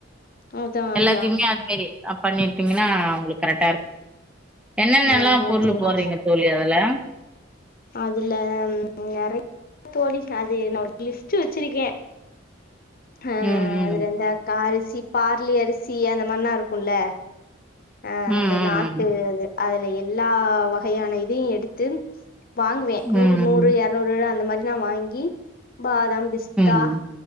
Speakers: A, on the left (about 50°); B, in the centre.
A: அதான்,
B: எல்லாத்தையுமே
A: அதான்.
B: அது மாரி பண்ணிருப்பிங்கனா அவங்களுக்கு கரெக்டா இருக்கு என்னென்னல்லா
A: ஆமா
B: பொருளு
A: தோழி.
B: போறீங்க தோழி அதுல
A: அதுல நெறைய தோழி அது என்னோட லிஸ்ட்டு வச்சிருக்கே ஆ
B: ம்
A: அதுல இந்த கா அரிசி பார்லி அரிசி அந்த மார்லா இருக்கும்ல அ
B: ம் ம்
A: இந்த நாட்டு
B: ம்
A: அது அதுல எல்லா வகையான இதையு எடுத்து வாங்குவே
B: ம்
A: நூற் நூறு ஏறநூறு அந்த மாரிலா வாங்கி பாதாம் பிஸ்தா
B: ம்